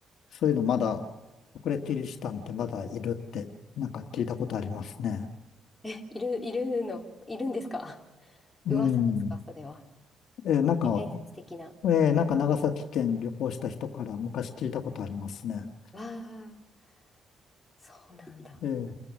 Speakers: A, on the left; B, on the left.
A: そういうのまだ、これキリシタンってまだいるって、なんか聞いたことありますね。
B: で。え、いる、いるの、いるんですか
A: うん。
B: 噂ですか、それは。
A: ええ、なんか、
B: 伝説的な。
A: ええ、なんか長崎県旅行した人から昔聞いたことありますね。
B: わあ、そうなんだ。
A: ええ。